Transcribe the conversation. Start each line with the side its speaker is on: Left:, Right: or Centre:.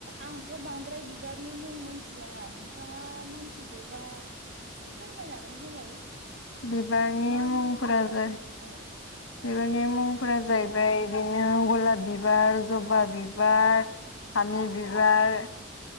Right: आंथ' बांद्राय बिबारनि मुं मोनथिया नोंथाङा मोनथिगौबा इसे फोरमायनानै होलाय।
Left: बिबारनि
Right: मा
Left: मुंफोरा
Right: मा बिबारनि
Left: जा
Right: औ
Left: बिबारनि मुंफोरा जाहैबाय इदिनो गलाब बिबार, जबा बिबार, फामि बिबार,